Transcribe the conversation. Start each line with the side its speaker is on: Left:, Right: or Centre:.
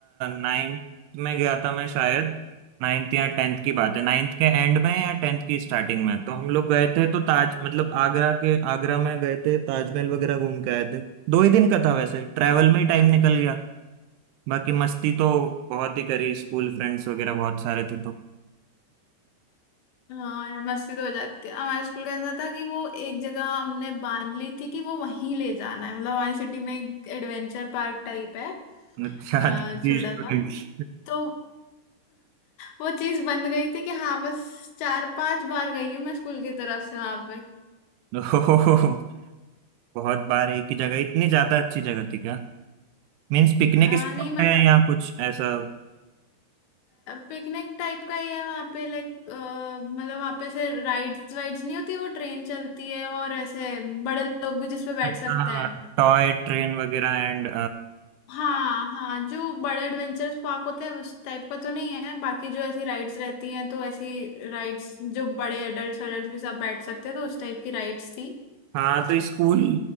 Right: नाइन्थ में गया था मैं शायद नाइन्थ या टेंथ की बात है नाइन्थ के एंड में या टेंथ की स्टार्टिंग में तो हम लोग गए थे तो ताज मतलब आगरा के आगरा में गए थे ताजमहल वगैरह घूम के आए थे दो ही दिन का था वैसे ट्रैवल में ही टाइम निकल गया बाकी मस्ती तो बहुत ही करी स्कूल फ्रेंड्स वगैरह बहुत सारे थे तो <laughs>
Left: हाँ यार मस्ती तो हो जाती है हमारे स्कूल का ऐसा था कि वो एक जगह हमने बांध ली थी कि वो वहीं ले जाना है मतलब हमारी सिटी में एक एडवेंचर पार्क टाइप है
Right: अच्छा,
Left: अ, छोटा
Right: स्टूडेंट्स
Left: सा तो वो चीज बंद गई थी कि हाँ बस चार पांच बार गई हूँ मैं स्कूल की तरफ से वहां पे
Right: ओहो, बहुत बार एक ही जगह इतनी ज्यादा अच्छी जगह थी क्या मीन्स पिकनिक
Left: आ,
Right: स्पॉट
Left: नहीं मतलब
Right: है या कुछ ऐसा
Left: पिकनिक टाइप का ही है वहां पे लाइक मतलब वहां पे ऐसे राइड्स वाइड्स नहीं होती वो ट्रेन चलती है और ऐसे बड़े लोग भी जिसपे बैठ
Right: हाँ
Left: सकते हैं
Right: टॉय ट्रेन वगैरह एंड
Left: हाँ हाँ जो बड़े एडवेंचर्स पार्क होते हैं उस टाइप का तो नहीं है बाकी जो ऐसी राइड्स रहती हैं तो ऐसी राइड्स जो बड़े एडल्ट्स एडल्ट्स भी सब बैठ सकते हैं तो उस टाइप की राइड्स थी
Right: हाँ तो school